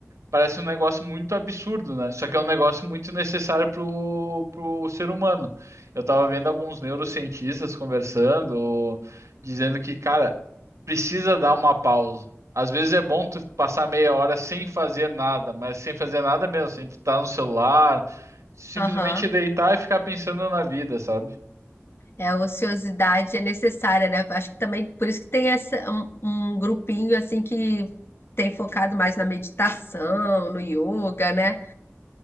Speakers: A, on the right (about 85°); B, on the left (about 55°).
A: parece um negócio muito absurdo, né? Só que é um negócio muito necessário pro, pro ser humano. Eu tava vendo alguns neurocientistas conversando, dizendo que, cara, precisa dar uma pausa. Às vezes é bom tu passar meia hora sem fazer nada, mas sem fazer nada mesmo, sem estar no celular, simplesmente
B: Aham.
A: deitar e ficar pensando na vida, sabe?
B: É, a ociosidade é necessária, né? Acho que também por isso que tem essa, um, um grupinho assim que tem focado mais na meditação, no yoga, né?